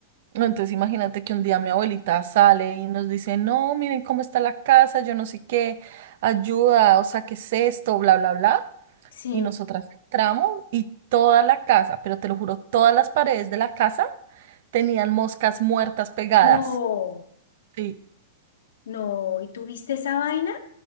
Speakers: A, on the right; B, on the left.
A: Entonces imagínate que un día mi abuelita sale y nos dice, no, miren cómo está la casa, yo no sé qué, ayuda, o sea, ¿qué es esto? Bla, bla, bla.
B: Sí.
A: Y nosotras entramos y toda la casa, pero te lo juro, todas las paredes de la casa tenían moscas muertas pegadas.
B: No,
A: Sí,
B: No, ¿y tuviste esa vaina?